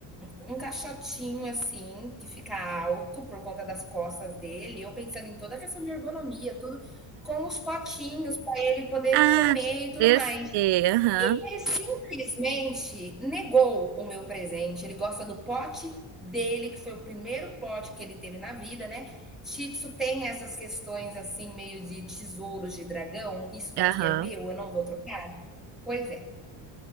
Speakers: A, in the centre; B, on the right.
A: um um caixotinho, assim, que fica alto por conta das costas dele, eu pensando em toda a questão de ergonomia, tudo, com os potinhos para ele poder
B: Ah,
A: comer e tudo
B: esse
A: mais.
B: sei, aham,
A: Ele simplesmente negou o meu presente, ele gosta do pote dele, que foi o primeiro pote que ele teve na vida, né. Shih Tzu tem essas questões, assim, meio de tesouros de dragão, "Isso daqui
B: aham.
A: é meu, eu não vou trocar". Pois é.